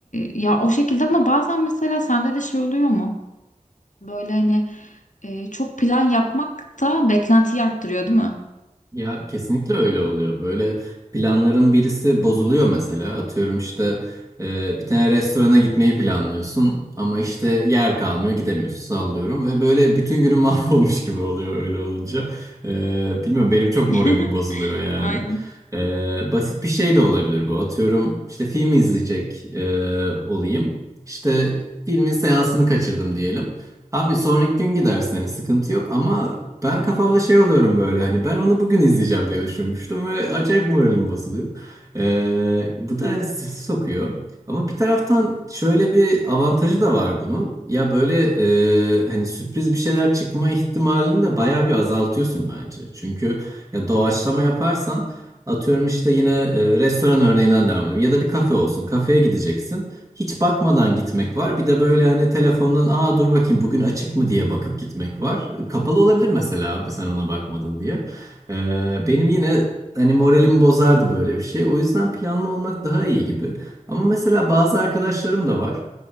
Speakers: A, on the left; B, on the right.
A: ya o şekilde ama bazen mesela sende de şey oluyor mu? Böyle hani e, çok plan yapmak da beklentiyi arttırıyor, değil mi?
B: Ya kesinlikle öyle oluyor. Böyle planların birisi bozuluyor mesela. Atıyorum işte e, bir tane restorana gitmeyi planlıyorsun ama işte yer kalmıyor gidemiyorsun sallıyorum ve böyle bütün günün <laughs> mahvolmuş gibi oluyor öyle olunca. E, bilmiyorum benim çok moralim
A: <laughs>
B: bozuluyor yani.
A: Aynen.
B: E, basit bir şey de olabilir bu. Atıyorum işte film izleyecek e, olayım. İşte filmin seansını kaçırdım diyelim. Abi sonraki gün gidersin hani sıkıntı yok ama ben kafamda şey oluyorum böyle hani ben onu bugün izleyeceğim diye düşünmüştüm ve acayip moralim bozuluyor. Ee, bu da hani stresi sokuyor. Ama bir taraftan şöyle bir avantajı da var bunun. Ya böyle e, hani sürpriz bir şeyler çıkma ihtimalini de bayağı bir azaltıyorsun bence. Çünkü ya doğaçlama yaparsan atıyorum işte yine e, restoran örneğinden devam edelim ya da bir kafe olsun. Kafeye gideceksin hiç bakmadan gitmek var. Bir de böyle hani telefondan aa dur bakayım bugün açık mı diye bakıp gitmek var. E, Kapalı olabilir mesela abi sen ona bakmadın diye. Ee, benim yine hani moralimi bozardı böyle bir şey. O yüzden planlı olmak daha iyi gibi. Ama mesela bazı arkadaşlarım da var.